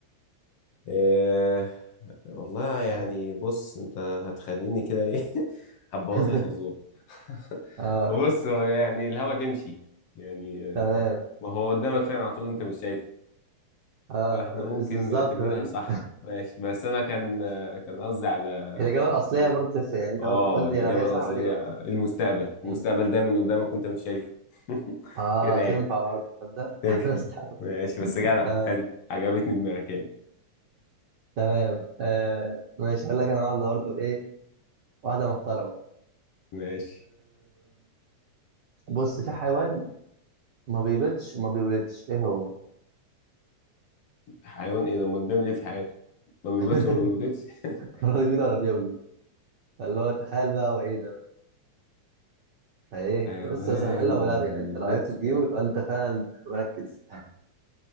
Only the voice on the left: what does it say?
إيه والله
يعني
بص انت هتخليني كده ايه <laughs> هتبوظ
لي الفزورة <laughs>
بص هو يعني الهوا تمشي يعني آه،
ما هو قدامك فعلا على طول انت مش شايفه
فاحنا ممكن
نعتبرها
صح ماشي بس انا كان كان قصدي على
إيه؟
اه
الاجابه
الاصليه
المستقبل المستقبل
دايما قدامك وانت مش شايفه <laughs>
كده
يعني
تنفع
ماشي بس جدع
حلو عجبتني دماغك يعني
ماشي
حيوان ايه ده امال بيعمل ايه في حياته ما بيبيضش
ما بيبيضش <laughs>
حيوان
ما
بيبيضش